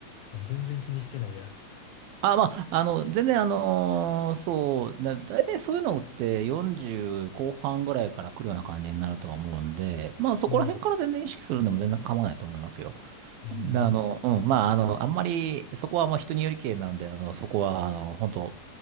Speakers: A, on the left (about 75°); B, on the right (about 80°).
A: あ全然気にしてないや。
B: <laughs> あ、まあ、あの、全然、あのーそう、だ、大体そういうのって40後半ぐらいから来るような感じになるとは思うんで、まあ、
A: あ、そうなんだ。
B: そこら辺から全然意識するんでも全然構わないと思いますよ。
A: ええ
B: であの、うん、まあ、あの、あんまり、そこはもう人によりけりなんで、あの、そこは、あの、本当